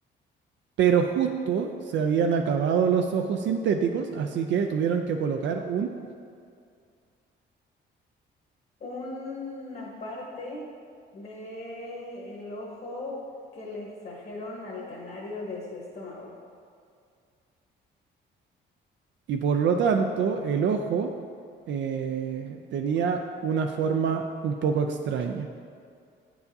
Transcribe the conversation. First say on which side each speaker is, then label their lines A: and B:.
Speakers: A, on the right (about 65°); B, on the left (about 50°).
A: pero justo se habían acabado los ojos sintéticos, así que tuvieron que colocar un,
B: Una parte del ojo que le extrajeron al canario de su estómago.
A: y por lo tanto el ojo eh, tenía una forma un poco extraña